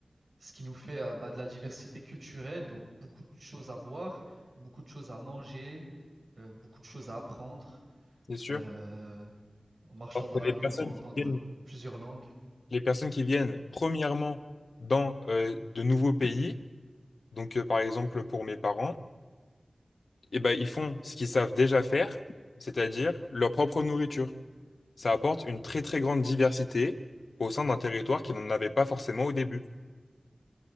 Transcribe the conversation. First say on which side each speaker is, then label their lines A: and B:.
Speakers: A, on the right; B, on the left.
A: ce qui nous fait euh, bah, de la diversité culturelle, donc beaucoup de choses à voir, beaucoup de choses à manger, euh, beaucoup de choses à apprendre.
B: c'est sûr.
A: Euh, en marchant
B: Parce que
A: dans la
B: les
A: rue,
B: personnes
A: on peut entendre
B: qui viennent,
A: plusieurs langues.
B: les personnes qui viennent premièrement dans euh, de nouveaux pays, donc euh, par exemple pour mes parents, Et ben, ils font ce qu'ils savent déjà faire, c'est-à-dire leur propre nourriture. Ça apporte une très très grande diversité au sein d'un territoire qui n'en avait pas forcément au début.